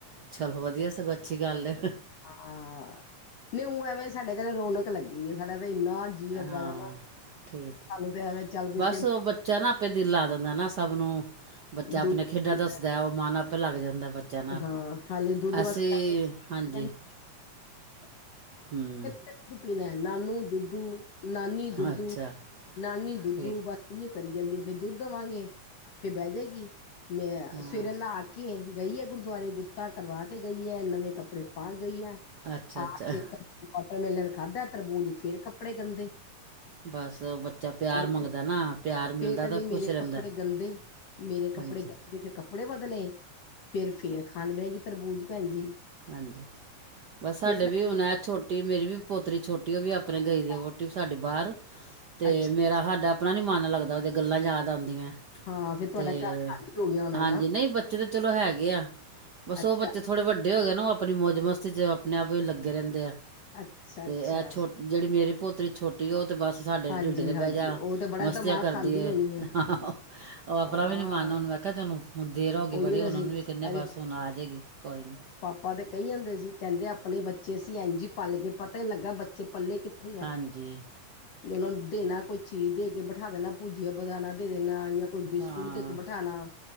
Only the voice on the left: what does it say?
ਹਾਂ, ਨਹੀਂ ਊ ਐਵੇਂ ਸਾਡੇ ਘਰ ਰੌਣਕ ਲੱਗੀ ਸਾਡਾ ਤਾਂ ਇੰਨਾ ਜੀ ਲੱਗਾ
ਦਾ ਨਾ ਸਾਨੂੰ
ਤੇ ਐਵੇਂ ਚੱਲ ਵੀ
ਫੇਰ
ਦੁੱਧ
ਪੀਣਾ
ਹਾਂ ਹਾਲੇ ਦੁੱਧ ਵਾਸਤੇ
ਆਪਣੇ
ਕਹਿੰਦੀ
ਦੁੱਧੂ ਪੀਣਾ, ਨਾਨੂ ਦੁੱਧੂ ਨਾਨੀ ਦੁੱਧੂ,
ਨਾਨੀ ਦੁੱਧੂ
ਬਸ ਇਓ ਕਰੀ ਜਾਂਦੀ, ਫੇਰ ਦੁੱਧ ਦੇਵਾਂਗੇ, ਫਿਰ ਬਹਿ ਜਾਏਗੀ, ਮੈਂ
ਸਵੇਰੇ ਨਹਾ ਕੇ ਗਈ ਹੈ ਗੁਰਦੁਆਰੇ, ਗੁੱਤਾਂ ਕਰਵਾ ਕੇ ਗਈ ਹੈ, ਨਵੇਂ ਕੱਪੜੇ ਪਾ ਗਈ ਹੈ।
ਆ
ਕੇ, ਵਾਟਹ ਮੇਲਨ ਖਾਧਾ, ਤਰਬੂਜ, ਫੇਰ ਕੱਪੜੇ ਗੰਦੇ
ਫੇਰ
ਕ
ਫੇਰ ਕਹਿੰਦੀ
ਮੇਰੇ
<unintelligible> ਮੇਰੇ ਕੱਪੜੇ
ਗੰਦੇ, ਫਿਰ ਕੱਪੜੇ ਬਦਲੇ, ਫ਼ੇਰ, ਫਿਰ ਖਾਣ ਬਹਿ ਗਈ ਤਰਬੂਜ ਭੈਣ ਜੀ।
ਫੇਰ ਮੈਂ
ਕਿਹਾ
ਅੱਛਾ
ਹਾਂ, ਫੇਰ ਤੁਹਾਡਾ
ਘਰ ਖਾਲੀ ਹੋ ਗਿਆ ਹੋਣਾ
ਨਾ,
ਅੱਛਾ,
ਅੱਛਾ-ਅੱਛਾ।
ਹਾਂਜੀ-ਹਾਂਜੀ,
ਉਹ ਤਾਂ ਬੜਾ
ਦਿਮਾਗ
ਖਾਂਦੀ
ਹੋਣੀ ਏ,
ਹਾਂ,
ਉਹੀਓ
ਤਾਂ
ਸੀ।
ਇਹਦੇ
ਆਪਾਂ ਤਾਂ ਕਹੀ ਜਾਂਦੇ ਸੀ ਕਹਿੰਦੇ ਆਪਣੇ ਬੱਚੇ ਸੀਂ ਇੰਜ ਹੀ ਪਲ ਗਏ ਪਤਾ ਹੀ ਲੱਗਾ ਬੱਚੇ ਪੱਲੇ ਕਿ <unintelligible> ਆ
ਉਹਨਾਂ ਨੂੰ ਦੇਣਾ ਕੋਈ ਚੀਜ਼ ਦੇ ਕੇ ਬਿਠਾ ਦੇਣਾ ਭੁਜੀਆ ਬਦਾਣਾ ਦੇ ਦੇਣਾ ਜਾਂ ਕੋਈ ਬਿਸਕੁਟ
ਦੇ ਕੇ ਬਿਠਾਣਾ।